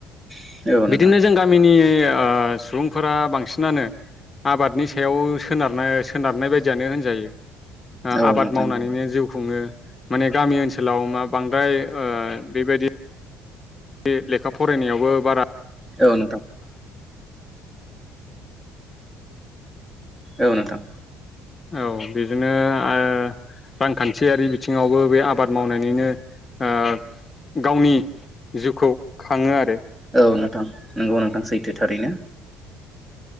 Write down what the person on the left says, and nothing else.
बिदिनो
जों गामिनि ओ सुबुंफोरा बांसिनानो आबादनि सायाव सोनारनो सोनारनाय बायदियानो होनजायो । ओ‌
आबाद
मावनानैनो जिउ खुङो। माने गामि ओनसोलाव मा बांद्राय ओ बेबायदि बे लेखा फरायनायावबो बारा
औ बिजोंनो ओ रांखान्थियारि बिथिङावबो बे आबाद मावनानैनो ओ गावनि जिउखौ खाङो आरो